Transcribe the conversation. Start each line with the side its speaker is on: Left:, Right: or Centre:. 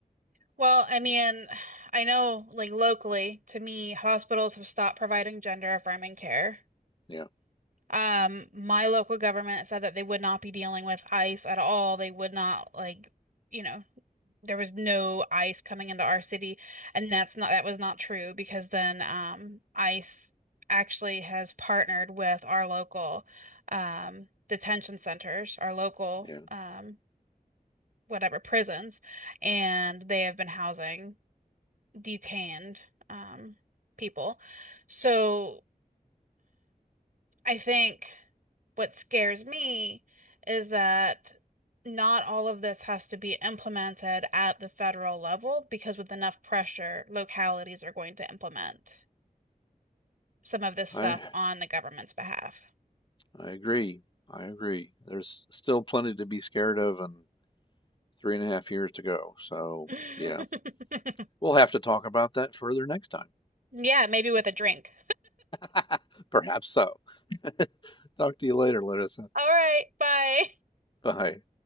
Right: Well, I mean, I know like locally, to me, hospitals have stopped providing gender-affirming care.
Left: Yeah,
Right: Um, my local government said that they would not be dealing with ICE at all. They would not like, you know, there was no ice coming into our city and that's not that was not true because then um ICE actually has partnered with our local um detention centers our local
Left: yeah.
Right: um whatever prisons and they have been housing detained um people so I think what scares me is that not all of this has to be implemented at the federal level because with enough pressure, localities are going to implement some of this stuff
Left: I
Right: on the government's behalf.
Left: I agree. I agree. There's still plenty to be scared of and three and a half years to go. So,
Right: <laughs>
Left: yeah, we'll have to talk about that further next
Right: Yeah, maybe with a drink.
Left: time. <laughs> Perhaps so. <laughs> Talk to you later, Larissa.
Right: All right, bye.
Left: Bye.